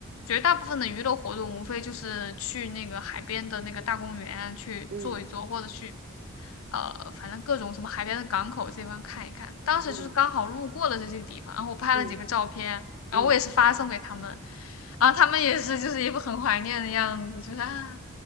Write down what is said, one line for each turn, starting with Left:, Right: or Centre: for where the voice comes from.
Left: 绝大部分的娱乐活动无非就是去那个海边的那个大公园去坐一坐，
Right: 嗯
Left: 或者去呃，反正各种什么海边的港口这边看一看。当时就是刚好路过了这些地方，
Right: 嗯嗯
Left: 然后我拍了几个照片，
Right: 嗯
Left: 然后我也是发送给他们，
Right: 嗯。
Left: 然后他们也是就是一副很怀念的样子，就是啊